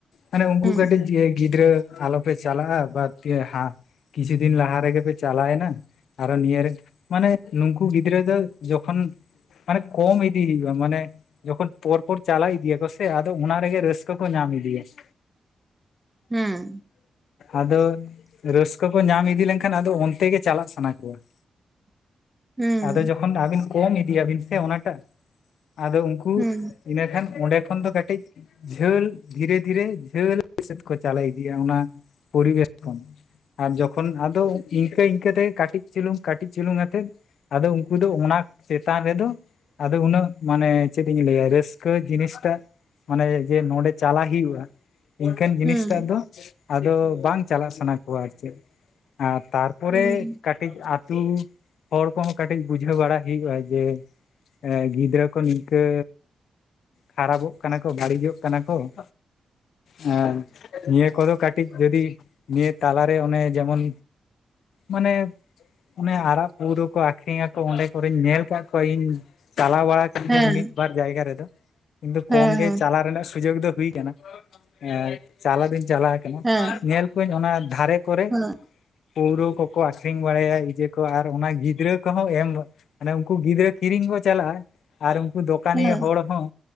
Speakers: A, on the left; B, on the right.
A: ᱟᱱᱮ ᱩᱱᱠᱩ
B: ᱦᱩᱸ
A: ᱠᱟᱹᱴᱤᱡ ᱜᱤᱫᱽᱨᱟᱹ ᱟᱞᱚᱯᱮ ᱪᱟᱞᱟᱜᱼᱟ ᱵᱟᱫᱽ ᱫᱤᱭᱮ ᱦᱟ ᱠᱤᱪᱷᱩ ᱫᱤᱱ ᱞᱟᱦᱟᱨ ᱨᱮᱜᱮ ᱯᱮ ᱪᱟᱞᱟᱭᱮᱱᱟ? ᱟᱨᱚ ᱱᱤᱭᱟᱹ ᱨᱮ ᱢᱟᱱᱮ ᱱᱩᱝᱠᱩ ᱜᱤᱫᱽᱨᱟᱹ ᱫᱚ ᱡᱚᱠᱷᱚᱱ ᱢᱟᱱᱮ ᱠᱚᱢ ᱤᱫᱤ ᱦᱩᱭᱩᱜ ᱟ ᱢᱟᱱᱮ ᱡᱚᱠᱷᱚᱱ ᱯᱚᱨᱯᱚᱨ ᱪᱟᱞᱟᱣ ᱤᱫᱤᱭᱟ ᱠᱚ ᱥᱮ ᱟᱫᱚ ᱚᱱᱟ ᱨᱮᱜᱮ ᱨᱟᱹᱥᱠᱟᱹ ᱠᱚ ᱧᱟᱢ ᱤᱫᱤᱭᱟ ᱾
B: ᱦᱩᱸ ᱾
A: ᱟᱫᱚ ᱨᱟᱹᱥᱠᱟᱹ ᱠᱚ ᱧᱟᱢ ᱤᱫᱤ ᱞᱮᱱᱠᱷᱟᱱ ᱟᱫᱚ ᱚᱱᱛᱮ ᱜᱮ ᱪᱟᱞᱟᱜ ᱥᱟᱱᱟ ᱠᱚᱣᱟ ᱾
B: <inaudible> ᱦᱩᱸ
A: ᱟᱫᱚ ᱡᱚᱠᱷᱚᱱ ᱫᱟᱜ ᱵᱤᱱ ᱠᱚᱢ ᱤᱫᱤᱭᱟᱵᱤᱱ ᱥᱮ ᱚᱱᱟᱴᱟᱜ ᱟᱫᱚ ᱩᱱᱠᱩ
B: ᱦᱩᱸ
A: ᱤᱱᱟᱹᱠᱷᱟᱱ ᱚᱸᱰᱮ ᱠᱷᱚᱱ ᱫᱚ ᱠᱟᱹᱴᱤᱡ ᱡᱷᱟᱹᱞ ᱫᱷᱤᱨᱮᱹᱫᱷᱤᱨᱮᱹ ᱡᱷᱟᱹᱞ, ᱥᱮᱫ ᱠᱚ ᱪᱟᱞᱟᱣ ᱤᱫᱤᱭᱟ ᱚᱱᱟ ᱯᱚᱨᱤᱵᱮᱥ ᱠᱷᱚᱱ ᱾ ᱟᱨ ᱡᱚᱠᱷᱚᱱ ᱟᱫᱚ ᱤᱱᱠᱟᱹ ᱤᱱᱠᱟᱹ ᱛᱮᱜᱮ ᱠᱟᱹᱴᱤᱡ ᱪᱩᱞᱩᱝ ᱠᱟᱹᱴᱤᱡ ᱪᱩᱞᱩᱝ ᱟᱛᱮᱫ ᱟᱫᱚ ᱩᱱᱠᱩ ᱫᱚ ᱚᱱᱟ ᱪᱮᱛᱟᱱ ᱨᱮᱫᱚ ᱟᱫᱚ ᱩᱱᱟᱹᱜ ᱢᱟᱱᱮ ᱪᱮᱫ ᱤᱧ ᱞᱟᱹᱭᱟ ᱨᱟᱹᱥᱠᱟᱹ ᱡᱤᱱᱤᱥᱴᱟᱜ ᱢᱟᱱᱮ ᱡᱮ ᱱᱚᱸᱰᱮ ᱪᱟᱞᱟ ᱦᱤ ᱦᱩᱣᱟ ᱾ ᱤᱱᱠᱟᱱ ᱡᱤᱱᱤᱥᱴᱟᱜ
B: ᱦᱩᱸ
A: ᱫᱚ ᱟᱫᱚ ᱵᱟᱝ ᱪᱟᱞᱟᱜ ᱥᱟᱱᱟ ᱠᱚᱣᱟ ᱟᱨ ᱪᱮᱫ ᱟᱨ ᱛᱟᱨ ᱯᱚᱨᱮ
B: ᱦᱩᱸ
A: ᱠᱟᱹᱴᱤᱡ ᱟᱹᱛᱳ ᱦᱚᱲ ᱠᱚᱦᱚᱸ ᱠᱟᱹᱴᱤᱡ ᱵᱩᱡᱷᱟᱹᱣ ᱵᱟᱲᱟ ᱦᱳᱭᱳᱜᱼᱟ ᱡᱮ ᱮ, ᱜᱤᱫᱽᱨᱟᱹ ᱠᱚ ᱱᱤᱝᱠᱟᱹ ᱠᱷᱟᱨᱟᱯᱚᱜ ᱠᱟᱱᱟ ᱠᱚ ᱵᱟᱹᱲᱤᱡᱚᱜ ᱠᱟᱱᱟ ᱠᱚ ᱾ ᱦᱮᱸ, ᱱᱤᱭᱟᱹ ᱠᱚᱫᱚ ᱠᱟᱹᱴᱤᱡ ᱡᱚᱫᱤ ᱱᱤᱭᱟᱹ ᱛᱟᱞᱟᱨᱮ ᱚᱱᱮ ᱡᱮᱢᱚᱱ ᱢᱟᱱᱮ ᱚᱱᱮ ᱟᱨᱟᱜ ᱯᱟᱹᱣᱨᱟᱹ ᱠᱚ ᱟᱠᱷᱨᱤᱧ ᱟᱠᱚ ᱚᱸᱰᱮ ᱠᱚᱨᱮᱧ ᱧᱮᱞ ᱟᱠᱟᱫ ᱠᱚᱣᱟ ᱤᱧ ᱪᱟᱞᱟᱣ ᱵᱟᱲᱟ
B: ᱦᱮᱸ
A: ᱢᱤᱫ ᱵᱟᱨ ᱡᱟᱭᱜᱟ ᱨᱮᱫᱚ ᱠᱤᱱᱛᱩ ᱠᱚᱢ
B: ᱦᱮᱸ
A: ᱜᱮ ᱪᱟᱞᱟᱜ ᱨᱮᱱᱟᱜ ᱥᱩᱡᱳᱜ ᱫᱚ ᱦᱩᱭ ᱠᱟᱱᱟ ᱾ ᱮ ᱪᱟᱞᱟᱣ ᱫᱩᱧ ᱪᱟᱞᱟᱣ ᱠᱟᱱᱟ
B: ᱦᱮᱸ ᱦᱮᱸ
A: ᱧᱮᱞ ᱠᱚᱣᱟᱧ ᱚᱱᱟ ᱫᱷᱟᱨᱮ ᱠᱚᱨᱮ
B: ᱦᱮᱸ
A: ᱯᱳᱣᱨᱳ ᱠᱚᱠᱚ ᱟᱠᱷᱨᱤᱧ ᱵᱟᱲᱟᱭᱟ ᱦᱤ ᱡᱮᱯ ᱠᱚ ᱟᱨ ᱚᱱᱟ ᱜᱤᱫᱽᱨᱟᱹ ᱠᱚᱦᱚᱸ ᱮᱢ ᱢᱟᱱᱮ ᱩᱱᱠᱩ ᱜᱤᱫᱽᱨᱟᱹ ᱠᱤᱨᱤᱧ ᱠᱚ ᱪᱟᱞᱟᱜᱼᱟ ᱾ ᱟᱨ ᱩᱱᱠᱩ ᱫᱚᱠᱟᱱᱤᱭᱟᱹ
B: ᱦᱮᱸ
A: ᱦᱚᱲ ᱦᱚᱸ